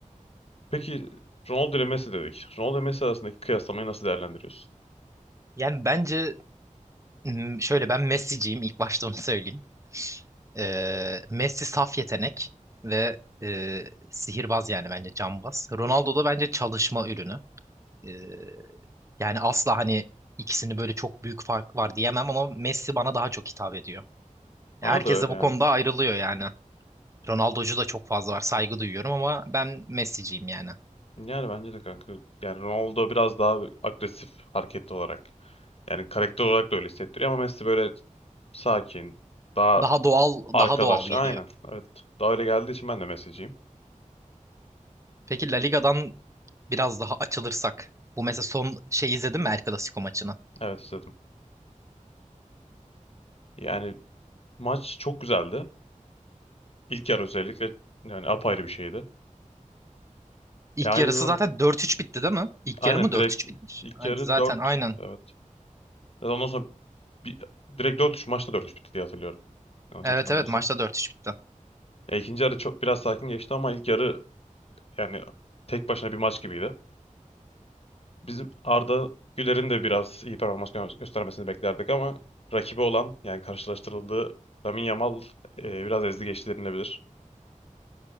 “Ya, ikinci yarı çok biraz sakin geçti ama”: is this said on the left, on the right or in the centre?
Left